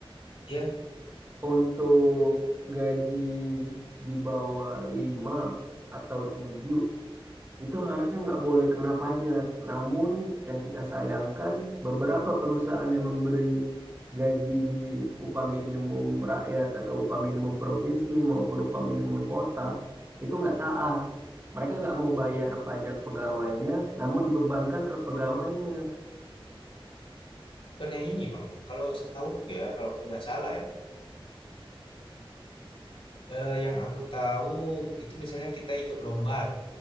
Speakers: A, on the left; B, on the right.
A: ya
B: Untuk gaji di bawah 5 atau 7 itu harusnya nggak boleh kena pajak. Namun yang kita sayangkan beberapa perusahaan yang memberi gaji di upah minimum rakyat atau upah minimum provinsi maupun upah minimum kota itu nggak taat. Mereka nggak mau bayar pajak pegawainya, namun dibebankan ke pegawainya.
A: Bukannya ini, Bang, kalau setahu ya, kalau aku nggak salah ya, eh, yang aku tahu itu misalnya kita ikut lomba